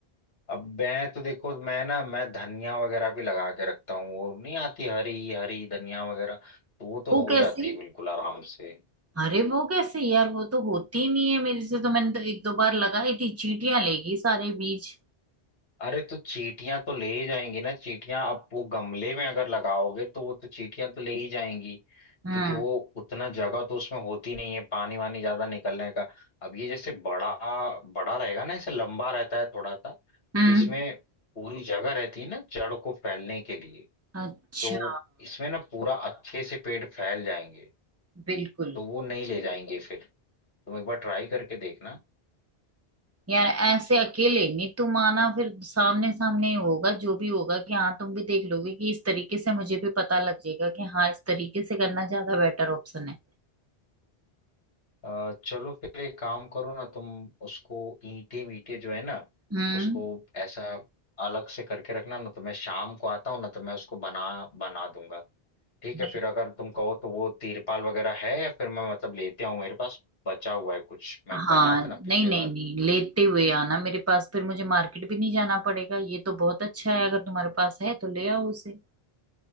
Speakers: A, on the left; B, on the right.
A: अब मैं तो देखो मैं ना मैं धनिया वगैरह भी लगा के रखता हूँ वो नहीं आती हरी हरी धनिया वगैरह तो वो तो
B: वो
A: हो
B: कैसे
A: जाती है बिल्कुल आराम से
B: अरे वो कैसे यार वो तो होती ही नहीं है मेरे से तो मैंने तो एक दो बार लगाई थी चींटियां लेगी सारे बीज
A: अरे तो चींटियां तो ले ही जाएंगी ना चींटियां अब वो गमले में अगर लगाओगे तो वो तो चींटियां तो ले ही जाएंगी
B: हम्म
A: क्योंकि वो उतना जगह तो उसमें होती नहीं है पानी वानी ज्यादा निकलने का अब ये जैसे बड़ा बड़ा रहेगा ना ऐसे लंबा रहता है थोड़ा सा तो
B: हम्म
A: इसमें पूरी जगह रहती है ना जड़ को फैलने के लिए
B: अच्छा
A: तो इसमें ना पूरा अच्छे से पेड़ फैल जाएंगे
B: बिल्कुल
A: तो वो नहीं ले जाएंगे फिर तुम एक बार ट्राई करके देखना
B: यार ऐसे अकेले नहीं तुम आना फिर सामने सामने ही होगा जो भी होगा कि हाँ तुम भी देख लोगे कि इस तरीके से मुझे भी पता लग जाएगा कि हाँ इस तरीके से करना ज्यादा बेटर ऑप्शन है
A: अ, चलो फिर एक काम करो ना तुम उसको ईंटे मीटे जो है ना
B: हम्म
A: उसको ऐसा अलग से करके रखना ना तो मैं शाम को आता हूँ ना तो मैं उसको बना बना दूंगा ठीक है
B: बिल-
A: फिर अगर तुम कहो तो वो तिरपाल वगैरह है या फिर मैं मतलब लेते आऊँ मेरे पास बचा हुआ है कुछ मैं बनाया
B: हाँ
A: था ना पिछले
B: नहीं नहीं
A: बार
B: नहीं लेते हुए आना मेरे पास फिर मुझे मार्केट भी नहीं जाना पड़ेगा ये तो बहुत अच्छा है अगर तुम्हारे पास है तो ले आओ उसे